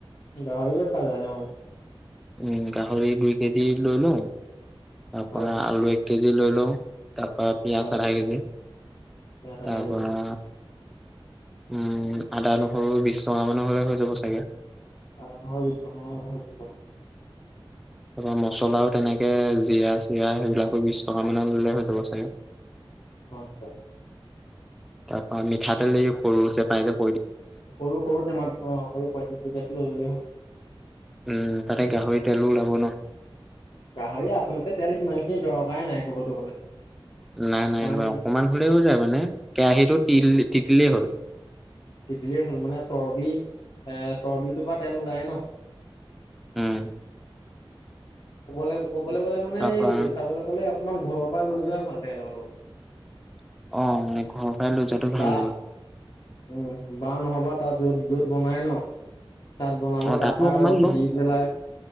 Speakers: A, on the left; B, in the centre.
A: গাহৰিয়ে খোৱা যায় অ।
B: উম গাহৰি দুই কেজি লোলো তাৰপৰা
A: হয়
B: আলু এক কেজি লৈ লওঁ তাৰপৰা পিঁয়াজ
A: হয়
B: আধা কেজি তাৰ
A: পিয়াজ আধা কেজি
B: পৰা উম, আদা, নহৰু বিছ টকা মানৰ হলে হৈ যাব চাগে।
A: আৰম্ভ হৈ বিছ টকা মানৰ হলে হৈ যাব।
B: তাৰপৰা মছলাও তেনেকে জিৰা, চিৰা সেইবিলাকো বিছ টকা মানৰ ল'লে হৈ যাব চাগে। <inaudible>
A: অ, হয়।
B: তাৰপা মিঠাতেল এই সৰুজে পাই জে
A: সৰু-সৰু টেমাত অ, সৰু পয়ত্ৰিছ টকীয়াটো লৈ ল'লে হল।
B: উম তাতে গাহৰি তেলো ওলাব ন
A: গাহৰি আচলতে তেল সিমান খিনি দৰকাৰে নাই কব কবলৈ
B: নাই নাইবা
A: কাৰণ
B: অকমান হ'লে হৈ যায় মানে কেৰাহিতটো তিল তিতিলেই হ'ল
A: তেতিতিলেই হ'ল মানে চৰ্বি এ চৰ্বিটোৰ পৰা তেল ওলায় ন
B: উম
A: ক'বলৈ ক'বলৈ গ'লে মানে
B: তাৰপা
A: এই চাবলৈ গ'লে অকণমান ঘৰৰ পৰা লৈ যোৱাই ভাল ল অলপ
B: অ ঘৰৰ পৰাই লৈ যোৱাটো ভাল
A: বা
B: হ'ব
A: উম বা নহ'বা তাত য'ত য'ত বনাই ন তাত বনালো
B: অ
A: তাৰ
B: তাতো
A: পৰা
B: অকমান
A: অলপ
B: ল
A: দি পেলাই